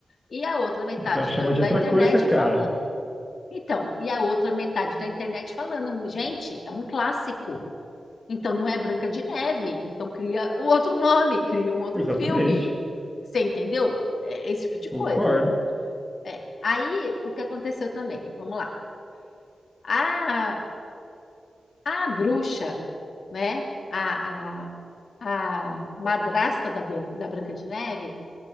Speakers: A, on the left; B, in the centre.
A: E a outra metade
B: Então chama
A: do- da
B: de outra
A: internet
B: coisa, cara.
A: falando. Então, e a outra metade da internet falando, gente, é um clássico. Então não é Branca de Neve. Então cria um outro nome, cria um outro
B: Exatamente.
A: filme. Você entendeu? É esse tipo de coisa.
B: Concordo.
A: É. Aí o que aconteceu também? Vamos lá. Ah, A bruxa, né? A, a, a madrasta da, Blan- da Branca de Neve,